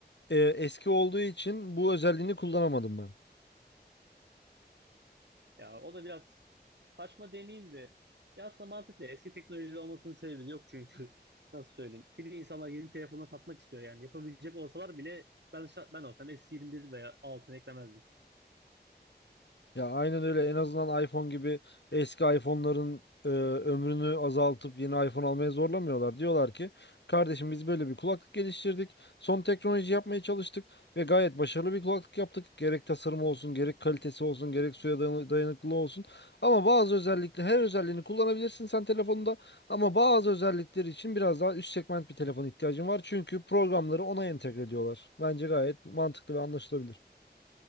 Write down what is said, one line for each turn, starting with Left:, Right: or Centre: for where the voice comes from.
Left: e, eski olduğu için bu özelliğini kullanamadım ben.
Right: Ya o da biraz saçma demeyeyim de ya aslında mantıklı. Eski teknoloji olmasının sebebi yok çünkü. <laughs> Nasıl söyleyeyim? Bir de insanlar yeni telefonla satmak istiyor yani. Yapabilecek olsalar bile ben şa- ben olsam s yirmi bir veya altını eklemezdim.
Left: Ya aynen öyle en azından iPhone gibi eski iPhone'ların e, ömrünü azaltıp yeni iPhone almaya zorlamıyorlar. Diyorlar ki kardeşim biz böyle bir kulaklık geliştirdik. Son teknoloji yapmaya çalıştık ve gayet başarılı bir kulaklık yaptık. Gerek tasarımı olsun, gerek kalitesi olsun, gerek suya dayanı- dayanıklılığı olsun. Ama bazı özellikle her özelliğini kullanabilirsin sen telefonunda ama bazı özellikleri için biraz daha üst segment bir telefon ihtiyacın var. Çünkü programları ona entegre ediyorlar. Bence gayet mantıklı ve anlaşılabilir.